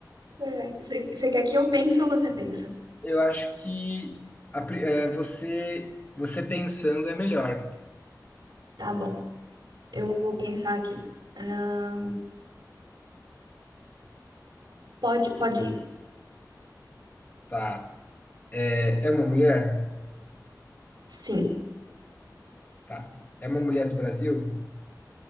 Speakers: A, on the right; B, on the left.
A: É, Você você quer que eu pense ou você pensa?
B: Eu acho que a pri- é, você, você pensando é melhor.
A: Tá bom, eu vou pensar aqui. Ahn, pode, pode ir.
B: Tá. É, é uma mulher?
A: Sim,
B: Tá. É uma mulher do Brasil?